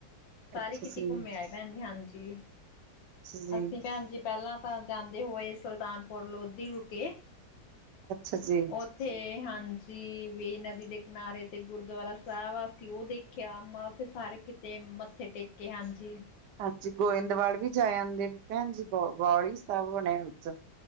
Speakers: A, on the left; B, on the right.
A: ਸਾਰੇ
B: ਅੱਛਾ
A: ਕਿ ਕੀਤੀ
B: ਜੀ,
A: ਘੁੰਮੇ ਆਏ ਪੈਣ ਜੀ ਹਾਂਜੀ,
B: ਅੱਛਾ ਜੀ,
A: ਅਸੀਂ ਪੈਣ ਜੀ ਪਹਿਲਾਂ ਤਾਂ ਜਾਂਦੇ ਹੋਏ, ਸੁਲਤਾਨਪੁਰ ਲੋਧੀ ਰੁਕੇ
B: ਅੱਛਾ ਜੀ
A: ਉੱਥੇ ਹਾਂਜੀ ਵੇਈ ਨਦੀ ਦੇ ਕਿਨਾਰੇ ਤੇ ਗੁਰਦੁਆਰਾ ਸਾਹਿਬ ਆ ਅਸੀ ਉਹ ਦੇਖ ਖਿਆ, ਫਿਰ ਸਾਰੇ ਕਿਤੇ ਮੱਥੇ ਟੇਕੇ ਹਾਂਜੀ
B: ਹਾਂਜੀ, ਗੋਇੰਦਵਾਲ ਵੀ ਜਾ ਆੰਦੇ ਪੈਣ ਜੀ ਬੌਲੀ ਸਾਹਿਬ ਬਣਿਆ ਵਿਚ